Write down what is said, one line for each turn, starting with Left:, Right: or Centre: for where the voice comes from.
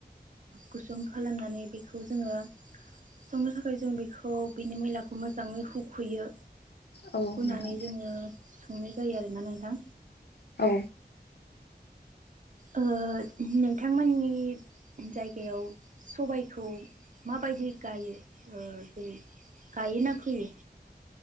Right: गुसुं खालामनानै बेखौ जोङो संनो थाखाय जों बेखौ बेनि मैलाखौ मोजाङै हुखुयो
Left: औ
Right: हुनानै
Left: नोंथां
Right: जोङो संनाय जायो आरोना नोंथां।
Left: औ।
Right: ओ नोंथांमोननि जायगायाव सबायखौ माबायदि गायो ओ जेरै गायो ना फैयो?